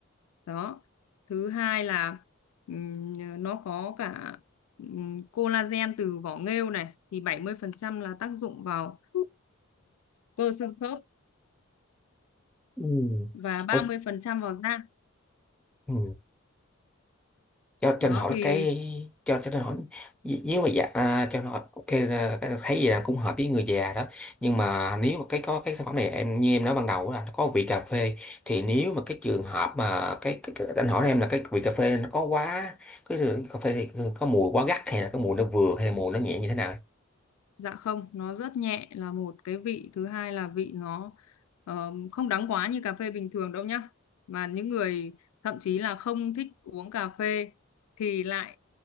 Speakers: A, on the left; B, in the centre.
A: đó thứ hai là ừm, nó có cả ừm, collagen từ vỏ nghêu này thì 70% là tác dụng vào ừ, cơ xương khớp
B: Ừ.
A: và 30%
B: Ủa,
A: vào da.
B: ừ. cho cho
A: Đó
B: anh hỏi
A: thì
B: cái cho cho anh hỏi n- nếu mà dạ à, cho anh hỏi ok là cái thấy gì là cũng hợp với người già đó nhưng mà nếu mà cái có cái sản phẩm này em như em nói ban đầu là nó có vị cà phê thì nếu mà cái trường hợp mà cái, cái, cái anh hỏi em là cái vị cà phê nó có quá cái cà phê thì có mùi quá gắt hay là cái mùi nó vừa hay là mùi nó nhẹ như thế nào
A: dạ không, nó rất nhẹ là một cái vị, thứ hai là vị nó ờ, không đắng quá như cà phê bình thường đâu nhá. Mà những người thậm chí là không thích uống cà phê thì lại